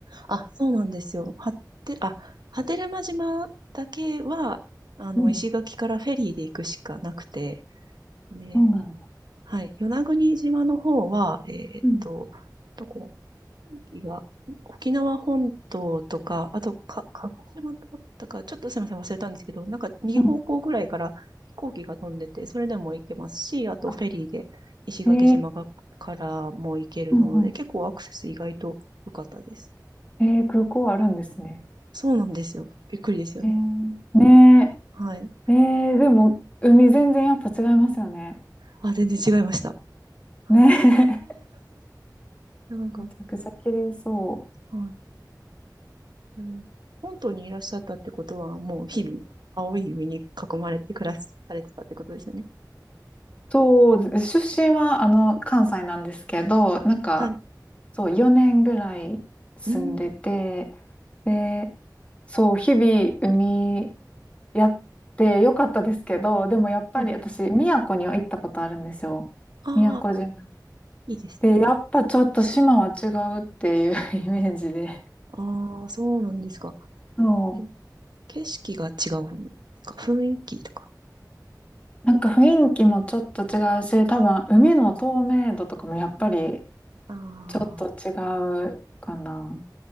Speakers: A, on the right; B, on the left.
A: あ、そうなんですよ。はて、あ、波照間島だけは、あの、
B: うん、
A: 石垣からフェリーで行くしかなくて、ね
B: そうなんだ。
A: はい。与那国島の方は、えーっと、
B: うん、
A: どこ飛行機が、沖縄本島とか、あと、か、鹿児島だったか、ちょっとすみません、忘れたんですけど、なんか2方向ぐらいから飛行機が飛んでて、
B: うん
A: それでも行けますし、あとフェリーで石垣島がからも行けるので、
B: あえーうんう
A: 結構アクセス意外と良かったです。
B: んえー空港あるんですね。
A: そうなんですよ。びっくりですよね。
B: えーね
A: はい。
B: え、えーでも、海全然やっぱ違いますよね。
A: あ、全然違いました。はい。
B: ね
A: い
B: え、
A: やなんか、
B: <laughs> めちゃくちゃ綺麗そう。
A: はい。うん。本島にいらっしゃったってことは、もう日々、あの青い海に囲まれて暮らしされてたってことですよね。
B: そう、出身はあの関西なんですけど、なんか
A: はい。
B: そう4年ぐらい住んでて、
A: うーん。
B: で、そう日々海やってよかったですけど、でもやっぱり私宮古には行ったことあるんですよ。
A: はい。ああ、
B: 宮古島。
A: いいですね。
B: で、やっぱちょっと島は違うっていう <laughs> イメージで。
A: ああ、そうなんですか。
B: そう。
A: え景色が違うんですか雰囲気とか。
B: なんか雰囲気もちょっと違うし、多分海の透明度とかもやっぱり
A: ああ、
B: ちょっと違うかな。